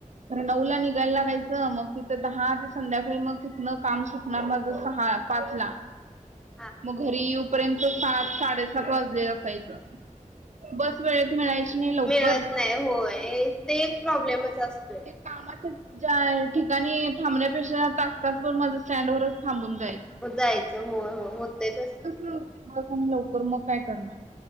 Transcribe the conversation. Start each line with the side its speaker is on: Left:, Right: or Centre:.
Right: नऊ ला निघायला लागायचं मग तिथं दहा ते संध्याकाळी मग तिथनं काम सुटणार माझं सहा पाच ला
Centre: <inaudible>
Right: मग घरी यूपर्यंत सात साडेसात वाजले असायचं बस वेळेत मिळायची नाही. लवकर
Centre: मिळत नाही होय, ते एक प्रॉब्लेमच असतोय.
Right: ते कामाच्या ज्या ठिकाणी थांबण्यापेक्षा तास तासभर माझं स्टँडवरच थांबून जाईल.
Centre: जायचं होय, होय होतय तसं.
Right: नव्हती बस आली लवकर मग काय करणार,